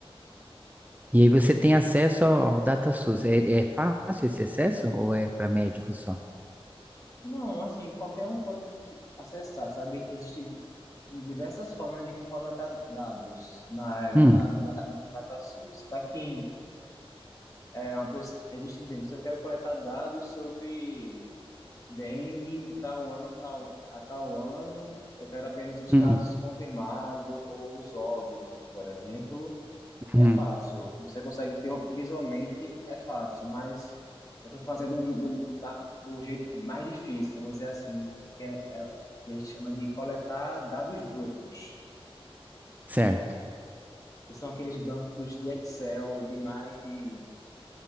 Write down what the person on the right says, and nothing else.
e aí você tem acesso ao ao DataSUS. É, é fácil esse acesso ou é para médicos só?
Hum,
hum,
uhum,
certo.